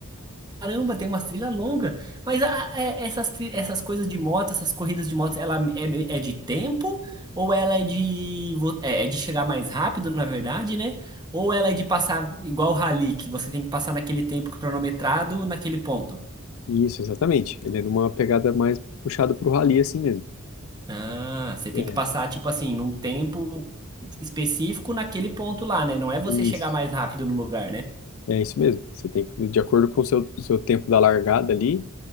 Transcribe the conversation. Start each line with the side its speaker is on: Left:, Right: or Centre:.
Right: Caramba, tem umas trilhas longas. Mas a- é- essas, tri- essas coisas de moto, essas corridas de moto, ela é, me- é de tempo? Ou ela é de, vo- é, é de chegar mais rápido, na verdade, né? Ou ela é de passar igual o rally, que você tem que passar naquele tempo cronometrado, naquele ponto?
Left: Isso, exatamente. Ele é numa pegada mais puxada para o rally assim mesmo.
Right: Ah, você tem
Left: É,
Right: que passar, tipo assim, num tempo específico naquele ponto lá, né? Não é você
Left: isso.
Right: chegar mais rápido no lugar, né?
Left: É isso mesmo. Você tem que, de acordo com o seu, seu tempo da largada ali,